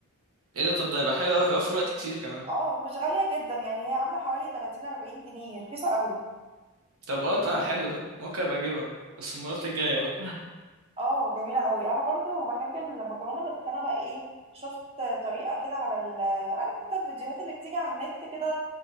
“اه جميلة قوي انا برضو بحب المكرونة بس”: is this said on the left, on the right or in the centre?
Right